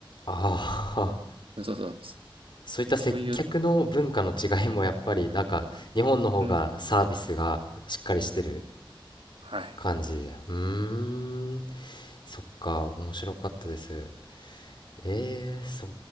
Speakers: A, on the left; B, on the right.
A: ああ、
B: そうそう、
A: <laughs> そういった接客の文化の違いもやっぱり、
B: そういう、
A: なんか、日本の方がサービスがしっかりしてる
B: うん、はい。
A: 感じで。うーん、そっか、面白かったです。ええ、そう。